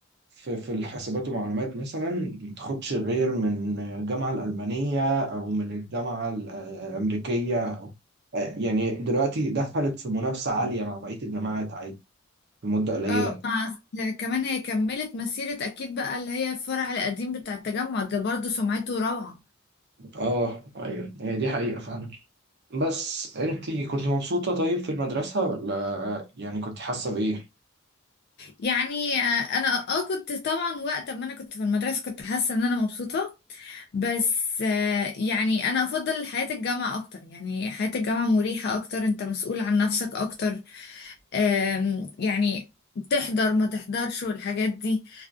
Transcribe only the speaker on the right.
في في الحاسبات ومعلومات مثلا ما تاخدش غير من الجامعة الألمانية أو من الجامعة الأمريكية أو يعني دلوقتي دخلت في منافسة عالية مع بقية الجامعات عادي في مدة قليلة
اه ايوه هي دي حقيقة فعلا بس انتي كنت مبسوطة طيب في المدرسة ولا يعني كنت حاسة بإيه؟